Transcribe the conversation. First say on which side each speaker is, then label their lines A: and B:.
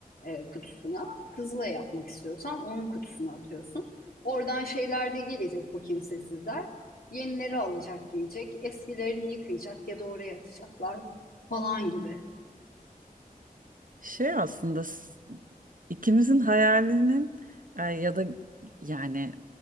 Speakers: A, on the left; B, on the right.
A: e, kutusuna. Kızılay yapmak istiyorsan onun kutusuna atıyorsun. Oradan şeyler de gelecek bu kimsesizler. Yenileri alacak giyecek, eskilerini yıkayacak ya da oraya atacaklar falan gibi
B: Şey aslında s- ikimizin hayalinin e, ya da yani